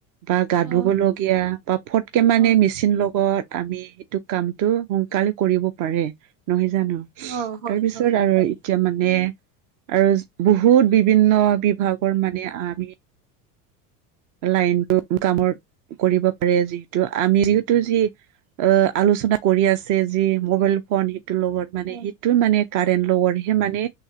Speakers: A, on the right; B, on the right.
A: বা গা
B: অ
A: ধুব লগীয়া বা ফটকে মানে
B: অ
A: মেচিন লগত আমি সেটো কামটো সোনকালে কৰিব পাৰে, নহয় জানোঁ?
B: অ হয়
A: তাৰপিছত
B: হয়
A: আৰু
B: হয়
A: এতিয়া মানে আৰু বহুত বিভিন্ন বিভাগৰ মানে আমি লাইনতটো কামত কৰিব পাৰে যিহেতু আমি যিওত টো যি অ আলোচনা কৰি আছে যি মোবাইল ফোন টো লগত মানে
B: অ
A: সিটো মানে কাৰেন্ট লগত হে মানে